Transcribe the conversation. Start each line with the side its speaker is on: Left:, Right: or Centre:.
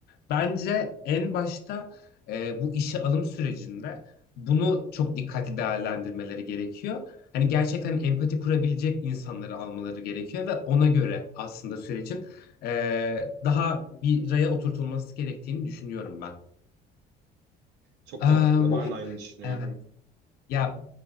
Left: Bence en başta e, bu işe alım sürecinde bunu çok dikkatli değerlendirmeleri gerekiyor. Hani gerçekten empati kurabilecek insanları almaları gerekiyor ve ona göre aslında sürecin e, daha bir raya oturtulması gerektiğini düşünüyorum ben.
Right: Çok
Left: Em,
Right: mantıklı. Ben de aynı düşünüyorum.
Left: evet. Ya